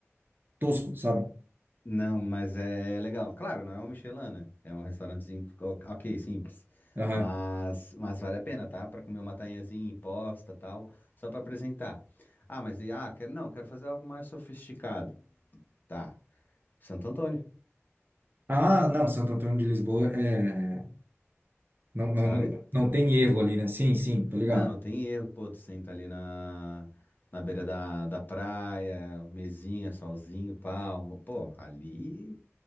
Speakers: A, on the right; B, on the left.
A: tosco, sabe?
B: Não, mas é é legal. Claro, não é um Michelin, né? É um restaurantezinho, o- ok, simples.
A: Aham.
B: Mas, mas vale a pena, tá? Pra comer uma tainhazinha imposta, tal, só pra apresentar. Ah, mas e- ah, quero, não, quero fazer algo mais sofisticado. Tá. Santo Antônio,
A: Ah, não, Santo Antônio de Lisboa é. Não, não,
B: sabe?
A: não tem erro ali, né? Sim, sim, tô ligado.
B: Não, não tem erro, pô, tu senta ali na, na beira da, da praia, mesinha, solzinho, palmo, pô, ali,